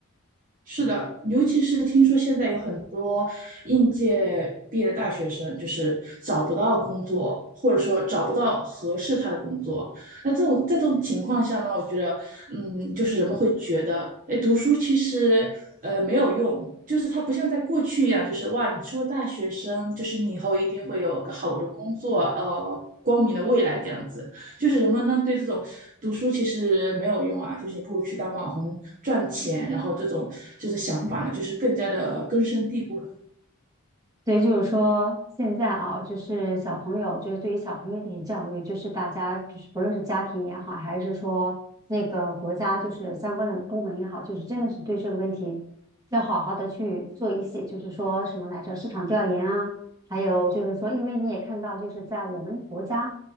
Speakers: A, on the right; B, on the right.
A: 是的，尤其是听说现在有很多应届毕业的大学生，就是找不到工作，或者说找不到合适他的工作。那这种在这种情况下呢，我觉得，嗯，就是人们会觉得，哎，读书其实呃没有用，就是它不像在过去一样，就是哇，你是个大学生，就是你以后一定会有个好的工作，呃，光明的未来这样子。就是人们呢对这种读书其实没有用啊，就是你不如去当网红赚钱，然后这种就是想法呢，就是更加的根深蒂固了。
B: 所以就是说，现在啊，就是小朋友，就是对于小朋友的一些教育，就是大家就是不论是家庭也好，还是说那个国家就是相关的部门也好，就是真的是对这个问题要好好的去做一些，就是说什么来着，市场调研啊，还有就是说，因为你也看到，就是在我们国家